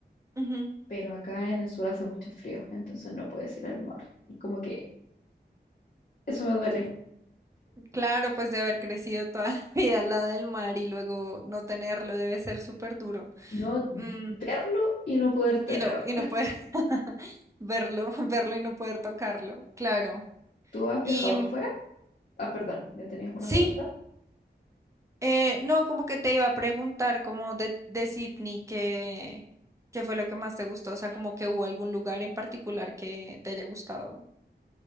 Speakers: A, on the right (about 15°); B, on the left (about 50°).
A: ujú.
B: pero acá en el sur hace mucho frío, entonces no puedes ir al mar. Y como que eso me duele,
A: Claro, pues de haber crecido toda la <laughs> vida al lado del mar y luego no tenerlo debe ser súper duro.
B: no
A: Mm,
B: verlo y no poder tenerlo.
A: Y no, y no poder <laughs> verlo, verlo y no poder tocarlo, claro.
B: ¿Tú has
A: Y
B: viajado
A: mm,
B: fuera? Ah, perdón, me tenías una
A: sí,
B: pregunta.
A: eh, no, como que te iba a preguntar como de, de Sydney que, qué fue lo que más te gustó, o sea, como que hubo algún lugar en particular que te haya gustado.